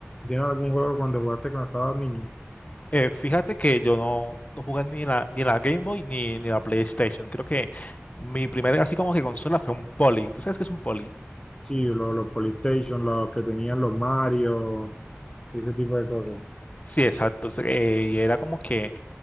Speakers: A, on the left; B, on the left.
A: ¿Tienes algún juego cuando jugaste cuando estabas niño?
B: Eh, fíjate que yo no, no jugué ni la, ni la Game Boy ni, ni la PlayStation. Creo que mi primera así como que consola fue un Poly. ¿Tú sabes qué es un Poly?
A: Sí, los, los PlayStation los que tenían los Mario, ese tipo de cosas.
B: Sí, exacto. Es- eh, y era como que